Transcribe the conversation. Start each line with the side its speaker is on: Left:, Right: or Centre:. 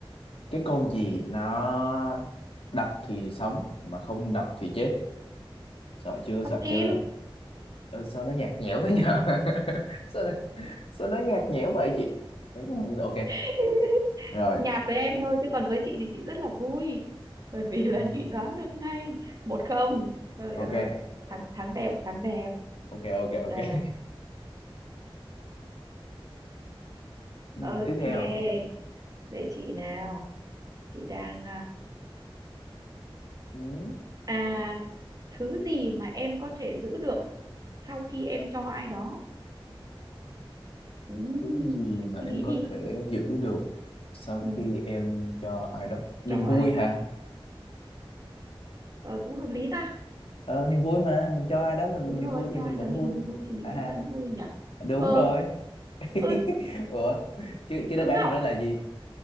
Left: cái con gì nó đập thì sống mà không đập thì chết. Sợ chưa,
Right: con
Left: sợ
Right: tim
Left: chưa? Ờ, Sao nó nhạt nhẽo thế nhở? <laughs> Sao sao nói nhạt nhẽo vậy chị Ừ, ok
Right: <laughs>
Left: rồi
Right: nhạt với em thôi chứ còn với chị thì chị rất là vui. Bởi vì là
Left: Ừ,
Right: chị đoán được ngay. Một không. Trời
Left: ok
Right: ơi, thắng thắng đẹp, thắng đẹp.
Left: ok ok ok
Right: À,
Left: Ừ,
Right: <laughs>
Left: tiếp
Right: ok,
Left: theo
Right: để chị nào. Chị đang
Left: ừ,
Right: à, thứ gì mà em có thể giữ được sau khi em cho ai đó Ừm,
Left: thứ gì mà
Right: suy
Left: em
Right: nghĩ
Left: có
Right: đi
Left: thể giữ được sau
Right: ừ,
Left: khi em cho ai đó niềm
Right: cho
Left: vui
Right: ai đó
Left: hả
Right: ờ, cũng hợp lý ta
Left: ờ, niềm vui mà mình cho ai đó mình
Right: đúng
Left: niềm
Right: rồi
Left: vui thì
Right: cho
Left: mình
Right: ai
Left: vẫn
Right: đó thì
Left: vui
Right: vui thì mình
Left: à ha,
Right: cũng vẫn vui nhỉ
Left: đúng
Right: ờ
Left: rồi <laughs>
Right: ừ,
Left: ủa chứ chứ đáp
Right: cứng
Left: án
Right: họng
Left: của nó là gì